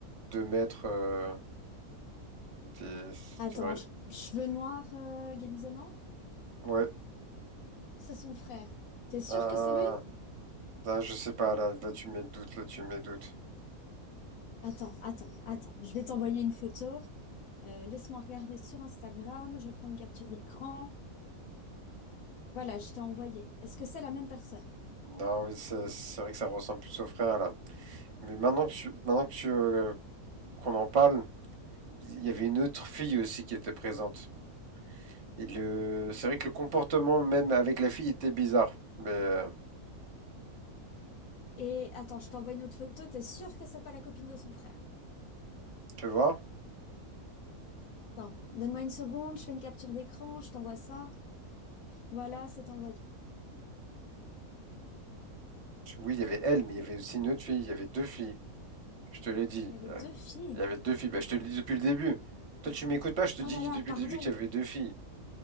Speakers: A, on the right; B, on the left.
A: 2 mètres. euh, il était- c'était
B: Attends,
A: vrai.
B: che- cheveux noirs euh, grisonnants?
A: Ouais.
B: C'est son frère. T'es sûr
A: Ah,
B: que c'est lui?
A: ah, je sais pas, là, là tu me mets le doute, là tu me mets le doute.
B: Attends, attends, attends. Je vais t'envoyer une photo. Euh, laisse-moi regarder sur Instagram. Je prends une capture d'écran. Voilà, je t'ai envoyé. Est-ce que c'est la même personne?
A: Non, oui, c'est c'est vrai que ça ressemble plus au frère, là. Mais maintenant que tu, maintenant que tu, euh, qu'on en parle, il y avait une autre fille aussi qui était présente. Et le, c'est vrai que le comportement même avec la fille était bizarre. Mais euh,
B: Et attends, je t'envoie une autre photo, t'es sûr que c'est pas la copine de son frère?
A: tu vois,
B: Attends, donne-moi une seconde, je fais une capture d'écran, je t'envoie ça. Voilà, c'est envoyé.
A: tu- oui, il y avait elle, mais il y avait aussi une autre fille, il y avait deux filles. Je te l'ai dit.
B: Il y avait
A: ouais.
B: deux filles.
A: Il y avait deux filles. Bah, je te l'ai dit depuis le début. Toi, tu m'écoutes pas, je te
B: Oh
A: dis
B: là là,
A: depuis
B: pardon,
A: le début qu'il y avait deux filles.